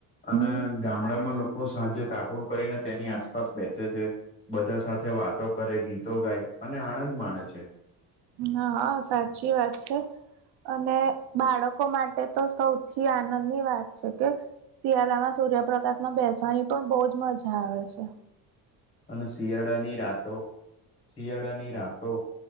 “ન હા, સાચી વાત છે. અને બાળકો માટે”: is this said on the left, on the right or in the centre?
Right